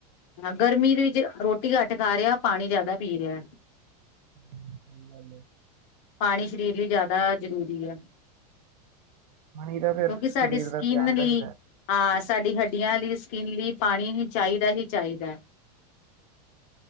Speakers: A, on the left (about 35°); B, on the right (about 80°).
A: ਹਾਂ, ਗਰਮੀ ਦੇ ਵਿੱਚ ਰੋਟੀ ਘੱਟ ਖਾ ਰਿਹਾ, ਪਾਣੀ ਜਾਦਾ ਪੀ ਰੇਯਾ।
B: <inaudible>
A: ਪਾਣੀ ਸਰੀਰ ਲਈ ਜਾਦਾ ਜਰੂਰੀ ਐ।
B: ਪਾਣੀ ਤਾਂ ਫੇਰ
A: ਸਾਡੀ
B: ਸਰੀਰ
A: ਸਕਿੰਨ
B: ਦਾ ਧਿਆਨ
A: ਲਈ
B: ਰਖਦੈ।
A: ਹਾਂ, ਸਾਡੀ ਹੱਡੀਆਂ ਲਈ, ਸਕਿੰਨ ਲਈ, ਪਾਣੀ ਹੀ ਚਾਹੀਦੈ ਹੀ ਚਾਹੀਦੈ।